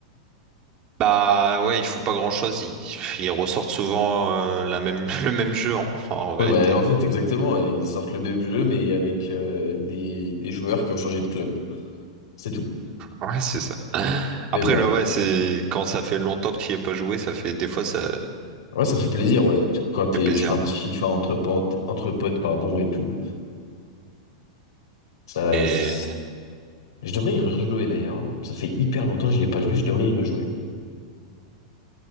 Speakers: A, on the right; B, on the left.
A: Bah, ouais, ils font pas grand-chose. Ils, ils ressortent souvent euh, la même, <laughs> le même jeu, en, en vérité.
B: Ouais, bah, en fait, exactement. ouais, Ils sortent le même jeu, mais avec euh, des, des joueurs qui ont changé de club. C'est tout.
A: Ouais, c'est ça. Après,
B: Mais bon,
A: là, ouais, c'est quand ça fait longtemps que tu n'y as pas joué, ça fait des fois, ça
B: ouais, ça fait plaisir, ouais. Tu- Quand t'es,
A: fait plaisir.
B: tu fais un petit
A: hein.
B: FIFA entre potes, entre potes, pardon, et tout. Ça,
A: Et
B: s- je devrais y rejouer d'ailleurs. hein. Ça fait hyper longtemps que j'y ai pas joué. Je devrais y rejouer.